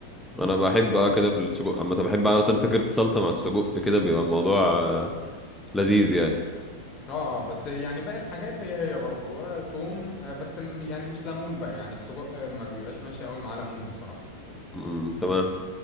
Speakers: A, in the centre; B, on the left (about 30°).
A: انا بحب
B: وب...
A: اه كده في السجق اما بحب أعمل مثلا فكره الصلصه مع السجق كده بيبقى الموضوع آه، لذيذ يعني
B: اه آه، بس يعني باقي الحاجات هي هي برضو آه، توم آه، بس م- يعني مش ليمون بقى يعني السجق آه، ما بيبقاش ماشي قوي مع ليمون بصراحة
A: امم تمام